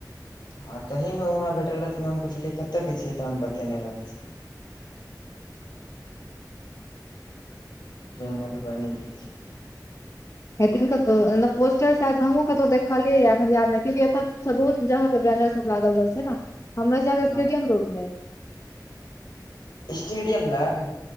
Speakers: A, on the left; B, on the left.
A: हँ तही मे ओ हमरा भेठल रहथिन हम पुछलियै कतय के छियै तहन बतेने रहथि जे मधुबनी के छिये
B: हेथिन कतहु पोस्टर श हमहु कतहुँ देखलियैख याद क्यकि एतहुत जहा के बैनर सब लागल रहे छै ने हमरो जगह के
A: हँ
B: स्टेडियम रोड मे
A: स्टेडियम लाग